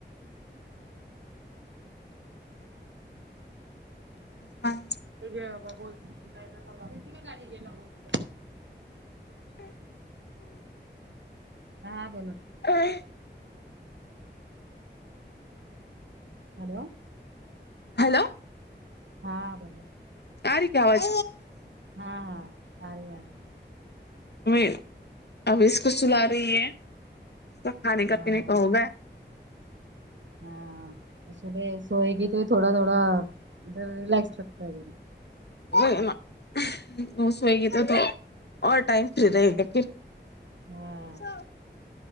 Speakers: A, on the left; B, on the right.
A: ہاں
B: بابا بول ن با گا گا بولتے <unintelligible>
A: ہوں ہ <inaudible>
B: ہاں بولو
A: آہ
B: ہیلو
A: ہیلو
B: ہاں بولو
A: آ ری کیا آواز
B: ہاں ہاں آرہی آواز
A: وہی ابھی اس کو سلا رہی ہے اس کا کھانے
B: ہاں
A: کا پینے کا ہوگیا
B: ہاں صبح سوئے گی تو تھوڑا تھوڑا ریلیکس لگتا ہے
A: وہ ہے نا سوئے گی تو تو اور ٹائم فری رہے گا پھر
B: ہاں
A: سو